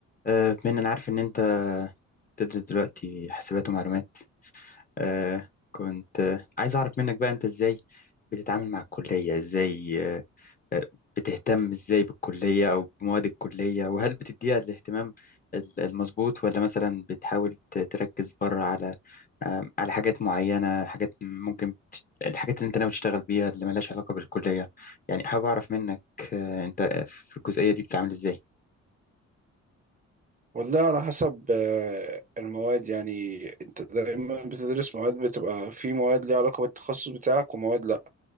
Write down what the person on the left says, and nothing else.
آه، بما إن أنا عارف إن أنت تدرس دلوقتي حاسبات ومعلومات آه، كنت آه، عايز أعرف منك بقى أنت إزاي بتتعامل مع الكلية إزاي آه، آه، بتهتم إزاي بالكلية أو بمواد الكلية وهل بتديها الاهتمام ال- المظبوط ولا مثلا بتحاول ت- تركز بره على آه، على حاجات معينة حاجات ممكن تش- الحاجات اللي أنت ناوي تشتغل بيها اللي ملهاش علاقة بالكلية يعني حابب أعرف منك آه، أنت في الجزئية دي بتتعامل إزاي